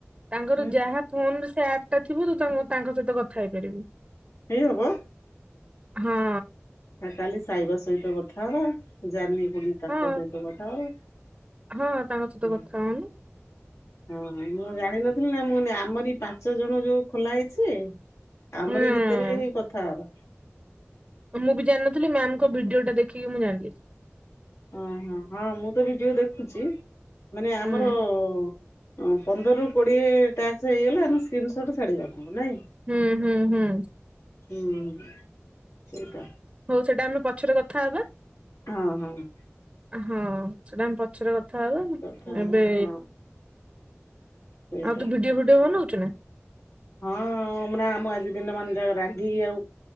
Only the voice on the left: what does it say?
ହୁଁ
ହେଇହବ
ଆ କାଲି ସାଇବା ସହିତ କଥା ହବା, ଜାଲି ପୁଣି ତାଙ୍କ
ସହିତ କଥା ହବା।
ହଁ
ହଁ ହଁ ମୁ ଜାଣି ନ ଥ ଥିଲି ନା ମୁଁ କହିଲି ଆମରି ପାଞ୍ଚ ଜଣ ଯୋଉ ଖୋଲା ହେଇଚି ଯେ ଆମରି
ଭିତରେ ହିଁ କଥା ହବା।
ଅ ହଁ ମୁଁ ତ ଭିଡିଓ ଦେଖୁଚି ମାନେ ଆମର
ହଁ ପନ୍ଦରରୁ କୋଡିଏ ଟାସ୍କ ହେଇଗଲା ଆମେ ସ୍କ୍ରୀନ୍ ଶର୍ଟ୍ ଛାଡ଼ିବା ଆପଣଙ୍କୁ ନାଇଁ?
ହୁଁ ସେଇଟା।
ହଁ ହଁ।
କଥା ହବା
ହଁ ସେଇଟା
ହଁ। ହଁ ନାଁ ମୁଁ ଆଜି ଦିନ ମାନ ଯାକ ରାଗିକି ଆଉ